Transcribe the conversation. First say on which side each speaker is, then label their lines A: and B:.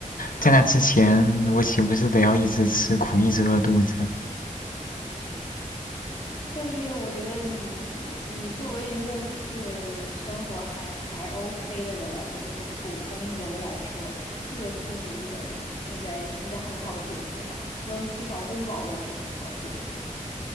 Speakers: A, on the left (about 85°); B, on the left (about 50°).
A: 在那之前我岂不是得要一直吃苦，一直饿肚子？
B: 但是我觉得你你作为一个就是生活还还 OK 的人来说，就是普通人来说，饿肚子应该应该应该很好解决吧？温至少温饱问题很好解决。